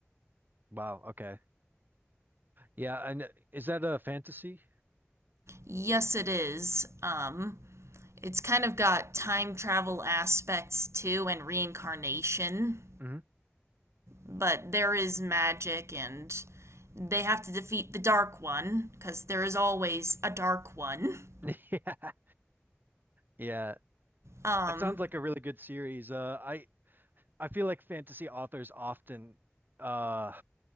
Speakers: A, on the right; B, on the right.
A: Wow. Okay. Yeah, and is that a fantasy?
B: Yes, it is. Um, it's kind of got time travel aspects too, and reincarnation.
A: hmm
B: but there is magic and they have to defeat the dark one because there is always a dark one.
A: <laughs> Yeah, yeah.
B: Um,
A: That sounds like a really good series. Uh, I I feel like fantasy authors often uh